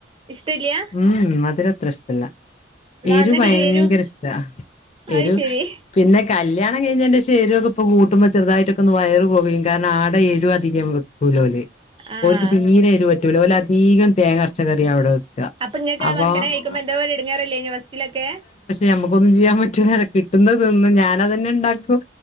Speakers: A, on the right; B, on the left.
A: ഇഷ്ടല്യ
B: ഉം ഉം മധുരത്ര ഇഷ്ടല്ല എരു
A: എന്നിട്ട്
B: ഭയങ്കര
A: ഈ എരിവ്
B: ഇഷ്ട
A: അത്
B: എരു
A: ശരി
B: പിന്നെ കല്യാണം കഴിഞ്ഞെന്റെശം എരു ഒക്കെ ഇപ്പോ കൂട്ടുമ്പോ ചെറുതായിട്ട് വയറ് പൊകയും കാരണം ആടെ എരു അധികം വെക്കൂല ഓല്
A: ആഹ്
B: ഓർക്ക് തീരെ എരു പറ്റൂല ഓല് അധികം തേങ്ങ അരച്ച കറിയാ അവിടെ വെക്കുക
A: അപ്പൊ ഇങ്ങക്കാ
B: അപ്പൊ
A: ഭക്ഷണം കഴിക്കുമ്പോ എന്തോ ഒരു ഇടങ്ങറല്ലേനൊ ഫസ്റ്റ്ലൊക്കെ
B: ഞമ്മുക്കൊന്നും ചെയ്യാൻ പറ്റൂല്ലല്ലോ കിട്ടുന്ന തിന്നും ഞാനതെന്നെ ഇണ്ടാക്കും